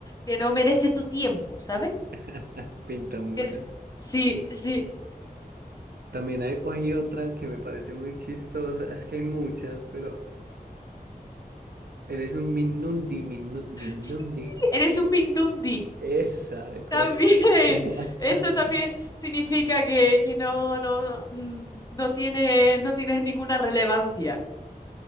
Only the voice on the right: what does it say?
<laughs> Pintamonas.
También hay, hay otra que me parece muy chistosa, es que hay muchas, pero Eres un Minundi, minu- Minundi.
Esa cosa.
<laughs>